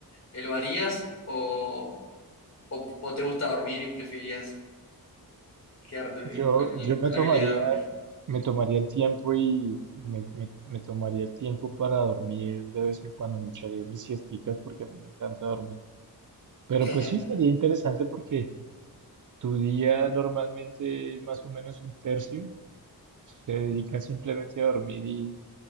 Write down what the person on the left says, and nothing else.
¿lo harías o... O, o te gusta dormir y preferirías quedarte
con el,
con
la habilidad de dormir.
<laughs>